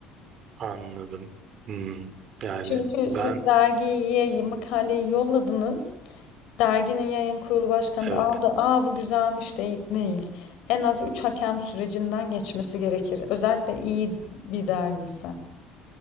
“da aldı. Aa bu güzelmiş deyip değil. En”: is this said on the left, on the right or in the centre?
Left